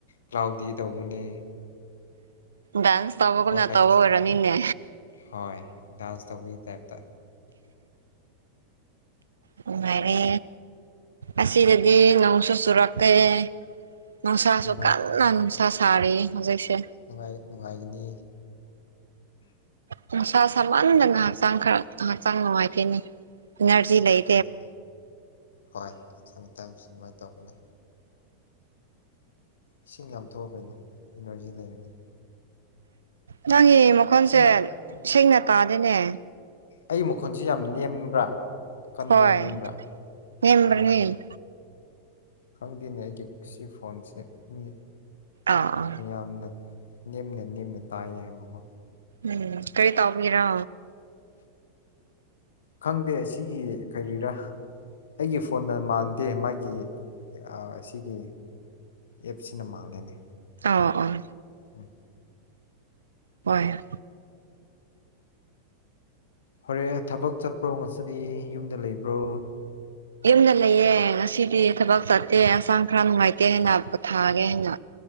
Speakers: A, on the left; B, on the right.
A: ꯀ꯭ꯂꯥꯎꯗꯤ ꯇꯧꯒꯅꯤ
B: ꯗꯥꯟꯁ ꯇꯧꯕꯒꯨꯝꯅ
A: ꯐꯣꯔ ꯇꯥꯏꯝꯁ
B: ꯇꯧꯕ ꯑꯣꯏꯔꯝꯅꯤꯅꯦ
A: ꯍꯣꯏ ꯗꯥꯟꯁ ꯇꯧꯕꯒꯤ ꯇꯥꯏꯞꯇ
B: ꯅꯨꯡꯉꯥꯏꯔꯦ ꯑꯁꯤꯗꯗꯤ ꯅꯣꯡꯁꯨ ꯆꯨꯔꯛꯇꯦ ꯅꯨꯡꯁꯥꯁꯨ
A: ꯅꯨꯡꯉꯥꯏ
B: ꯀꯟꯅ ꯅꯨꯡꯁꯥ ꯁꯥꯔꯤꯌꯦ ꯍꯧꯖꯤꯛꯁꯦ
A: ꯅꯨꯡꯉꯥꯏ ꯅꯨꯡꯉꯥꯏꯒꯅꯤ
B: ꯅꯨꯡꯁꯥ ꯁꯥꯃꯟꯅꯗꯅ ꯍꯛꯆꯥꯡ ꯈꯔ ꯍꯛꯆꯥꯡ ꯅꯨꯡꯉꯥꯏꯇꯦꯅꯦ ꯏꯅꯔꯖꯤ ꯂꯩ
A: ꯎꯝ ꯍꯣꯏ ꯁꯝ ꯃꯇꯥꯏꯝꯁ‌ ꯑꯗꯨꯃꯥꯏꯟ ꯇꯧꯕꯅꯦ ꯏꯁꯤꯡ ꯌꯥꯝ ꯊꯣꯛꯑ‌ꯣ ꯀꯩꯅꯣ ꯏꯅꯔꯖꯤ ꯂꯩꯔꯅꯤ
B: ꯅꯪꯒꯤ ꯃꯈꯣꯟꯁꯦ
A: ꯏꯁꯤꯡ ꯌꯥꯝ
B: ꯁꯦꯡꯅ ꯇꯥꯗ‌ꯦꯅꯦ
A: ꯑꯩ ꯃꯈꯣꯟꯁꯤ ꯌꯥꯝ ꯅꯦꯝꯕ꯭ꯔꯥ ꯀꯟꯕ꯭ꯔꯥ
B: ꯍꯣꯏ
A: ꯅꯦꯝꯕ꯭ꯔꯥ
B: ꯅꯦꯝꯕ꯭ꯔꯅꯤ
A: ꯑꯣ ꯈꯪꯗꯦꯅꯦ ꯑꯩꯒꯤ ꯁꯤ ꯐꯣꯟꯁꯦ ꯃꯤ
B: ꯑꯥ ꯑꯥ
A: ꯃꯌꯥꯝꯅ ꯅꯦꯝꯅ ꯅꯦꯝꯅ ꯇꯥꯏꯌꯦ ꯍꯥꯏꯕꯀꯣ
B: ꯎꯝ ꯀꯔꯤ ꯇꯥꯎꯕꯒꯤꯔꯣ
A: ꯈꯪꯗꯦ ꯁꯤꯒꯤ ꯀꯔꯤꯔꯥ ꯑꯩꯒꯤ ꯐꯣꯟꯅ‌ ꯃꯥꯟ ꯇꯦ ꯃꯥꯒꯤ ꯑꯥ ꯁꯤꯒꯤ ꯑꯦꯞꯁꯤꯅ ꯃꯥꯜꯂꯦꯅꯦ
B: ꯑꯥꯎ ꯑꯣ
A: ꯎꯝ
B: ꯍꯣꯏ
A: ꯍꯣꯔꯦ ꯊꯕꯛ ꯆꯠꯄ꯭ꯔꯣ ꯉꯁꯤꯗꯤ ꯌꯨꯝꯗ ꯂꯩꯕ꯭ꯔꯣ
B: ꯌꯨꯝꯗ ꯂꯩꯌꯦ ꯉꯁꯤꯗꯤ ꯊꯕꯛ ꯆꯠꯇꯦ ꯍꯛꯆꯥꯡ ꯈꯔ ꯅꯨꯡꯉꯥꯏꯇꯦ ꯍꯥꯏꯅ ꯄ‌ꯣꯊꯥꯒꯦ ꯍꯥꯏꯅ